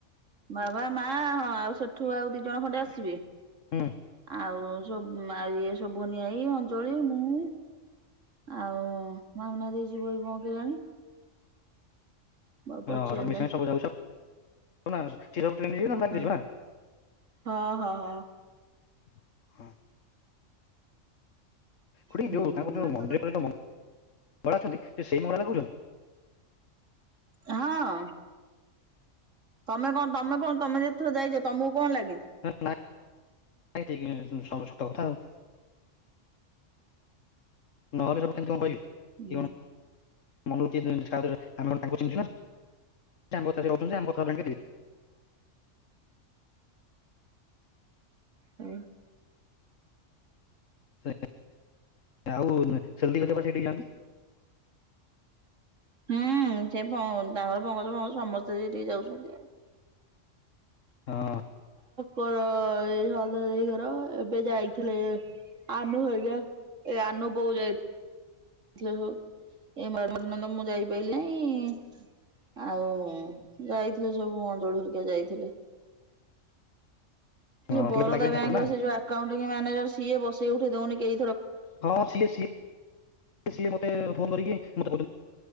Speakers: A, on the right; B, on the left.
A: ବାବା ମା ହଁ ଆଉ ସେଠୁ ଆଉ ଦି ଜଣ ଖଣ୍ଡେ ଆସିବେ।
B: ହୁଁ
A: ଆଉ ସବ୍ ମା ଇଏ ସବୁ ବୁନି ଆଈ, ଅଞ୍ଜଳି, ମୁଁ ଆଉ ମଉନା ଦେଇ ଯିବ କି କଣ କେଜାଣି? ଆଉ ପଚାରି
B: ଅଁ ରମେଶ
A: ନାହିଁ
B: ଭାଇ ସବୁ ଯାଉଛ ନା ସିଏ ସବୁ ଟ୍ରେନ୍ ରେ ଯିବେ ନା ବାଇକ୍
A: ହଁ
B: ରେ ଯିବା?
A: ହଁ ହଁ ହଁ।
B: <inaudible> ଖୁଡ଼ି
A: ହୁଁ।
B: ଯୋଉ ତାଙ୍କ ଯୋଉ
A: ହଁ
B: ମନ୍ଦିରରେ ଯୋଉ ମଙ୍ଗଳା ଅଛନ୍ତି ସେ ସେଇ ମଙ୍ଗଳା ଲାଗୁଛନ୍ତି?
A: ହଁ ତମେ କଣ ତମେ କଣ ତମେ ଯେତେଥର ଯାଇଚ ତମକୁ କଣ ଲାଗେ?
B: ହେ ନାଇଁ ଠିକ୍ ସବୁ ସତକଥା ଆଉ। ନହେଲେ ସବୁ କେମତି କଣ କହିବେ?
A: ହୁଁ।
B: କି କଣ ମନକୁ କିଏ ଛାଡ଼ିଦେବେ, ଆମେ କଣ ତାଙ୍କୁ ଚିହ୍ନିଚୁ ନା ସିଏ ଆମ କଥାରେ ରହୁଚନ୍ତି ଯେ, ଆମ କଥାରେ <unintelligible>
A: ହୁଁ।
B: ସେ ଆଉ ସେଲ ଦିଦି ହେରିକା ପା ସେଇଠିକି ଯାଆନ୍ତି।
A: ହୁଁ ସେ ତାଙ୍କର ପଙ୍କଜ ଫଙ୍ଗଜ ସମସ୍ତେ ସେଟିକି ଯାଉଛନ୍ତି ଆଉ।
B: ହଁ।
A: ପର ଏଇଘର ଏବେ ଯାଇଥିଲେ ଆନୁ ହେଗ ଏ ଆନୁ ବହୁ ଯାଇ ଥିଲେ ସବୁ ଏ ମ୍ୟାଡମ <unintelligible> ମୁଁ ଯାଇପାରିଲି ନାହିଁ। ଆଉ ଯାଇଥିଲେ ସବୁ ଅନ୍ଜଳି ହେରିକି ଯାଇଥିଲେ।
B: ହଁ
A: ବରଦା
B: ତୋତେ ବି ଲାଗିଲେଣି
A: ବ୍ୟାଙ୍କ
B: ଠାକୁର ନା?
A: ର ସେ ଯୋଉ ଆକାଉଣ୍ଟିଂ ମାନେଜର ସିଏ ବସେଇ ଉଠେଇ ଦଉନି କେ
B: ହଁ ସିଏ-ସିଏ-ସିଏ ମତେ ଫୋନ କରିକି ମତେ